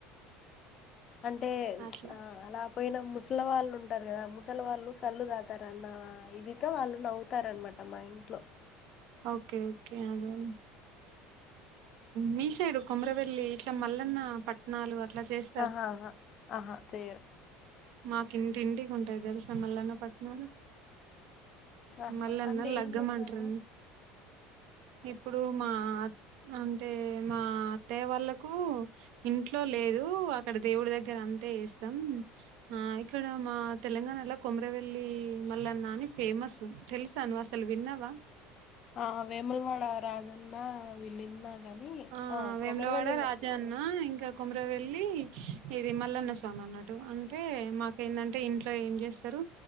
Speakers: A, on the left; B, on the right.
A: అంటే
B: అట్లా
A: ఆ అలా పోయిన ముసలి వాళ్ళు ఉంటారు కదా ముసలి వాళ్ళు కళ్ళు దాతారన్న ఇదితో వాళ్ళు నవ్వుతారనమాట ఆ మా ఇంట్లో
B: ఓకే ఓకే ఆ <unintelligible> మీ సైడు కొమురవెల్లి ఇట్లా మల్లన్న పట్ నాలు అట్లా చేస్
A: ఆహా ఆహా ఆహా చేయరు
B: మాకు ఇంటి ఇంటికి ఉంటాయి తెలుసా మల్లన్న పట్నాలు
A: ఆహా
B: మల్లన్న
A: అంటే
B: లగ్గమంట్రు
A: ఏం చేస్తారు
B: ఇప్పుడు మా అంటే మా అత్తయ్య వాళ్ళకు ఇంట్లో లేదు అక్కడ దేవుడి దగ్గర అంతే ఏస్తాం ఆ ఇక్కడ మా తెలంగాణలో కొమురవెల్లి మల్లన్న అని ఫేమస్ తెలుసా నువ్ అసలు విన్నావా
A: ఆ వేములవాడ రాజన్న వీళ్ళిన్నా గాని
B: ఆ వేములవాడ
A: కొమరవెల్లి
B: రాజన్న
A: వే
B: ఇంకా కొమరవెల్లి ఇది మల్లన్న స్వామి అన్నట్టు అంటే మాక్ ఎందంటే ఇంట్లో ఏం చేస్తారు